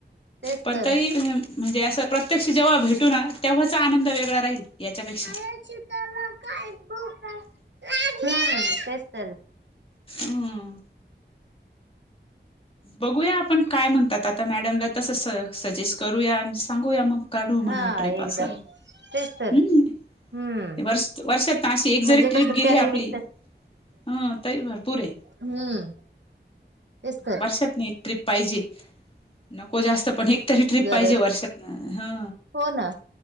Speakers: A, on the right; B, on the left.
A: तेच
B: पण
A: तर
B: तरी मी म्हणजे असं. प्रत्यक्ष जेव्हा भेटू ना तेव्हाचा आनंद वेगळा राहील यांच्यापेक्षा.
A: त्याला <unintelligible> तेच तर
B: अम. बघूया आपण काय म्हणतात. आता मॅडमला तसं सजेस्ट करूया आणि सांगूया मग. काढू म्हणाव
A: हा
B: ट्रिप
A: एकदा
B: असं
A: तेच तर
B: हम.
A: हम्म
B: वर्ष वर्षातन अशी एक
A: म्हणजे
B: जरी ट्रिप
A: कसं
B: गेली
A: त्यानिमित्त
B: आपली. ह तरी भरपूर आहे
A: हम्म. तेच तर
B: वर्षात एक ट्रीप पाहिजे. नको जास्त पण एक. तरी ट्रीप
A: गरज
B: पाहिजे वर्षात ह
A: हो ना